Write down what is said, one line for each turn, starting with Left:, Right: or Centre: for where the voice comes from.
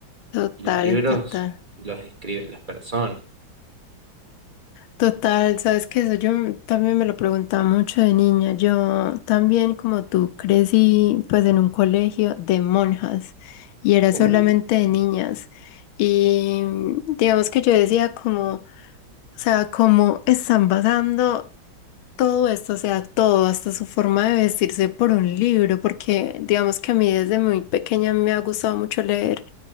Left: Total,
Right: Y los libros
Left: total.
Right: los escriben las personas.
Left: Total, sabes que eso yo m- también me lo preguntaba mucho de niña. Yo también, como tú, crecí pues en un colegio de monjas y era solamente
Right: Uh,
Left: de niñas. Y mm, digamos que yo decía como, o sea, ¿cómo están basando? todo esto, o sea, todo, hasta su forma de vestirse por un libro, porque digamos que a mí desde muy pequeña me ha gustado mucho leer